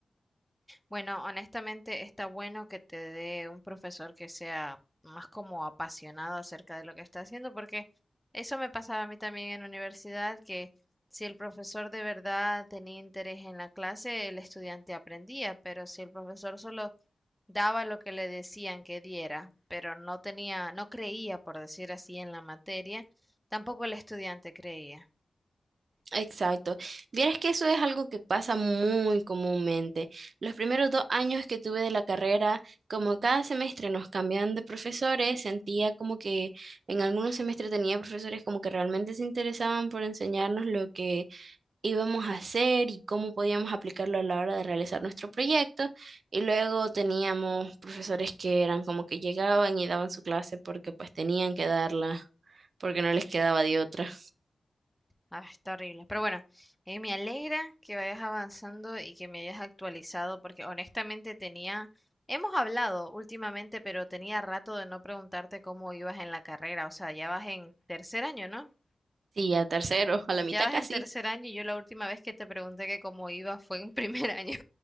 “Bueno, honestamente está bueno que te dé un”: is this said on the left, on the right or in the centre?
Centre